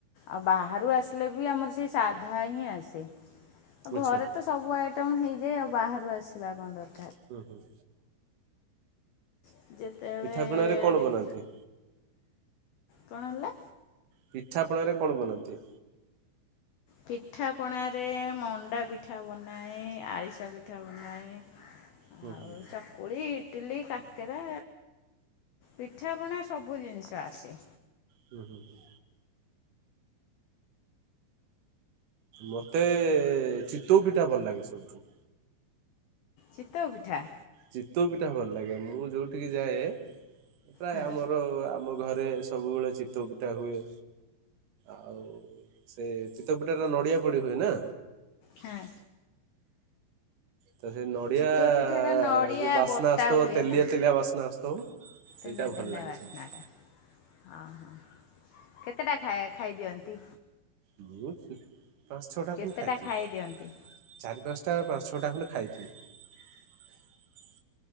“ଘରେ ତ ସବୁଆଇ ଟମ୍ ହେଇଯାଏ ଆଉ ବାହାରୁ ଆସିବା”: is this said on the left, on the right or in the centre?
Left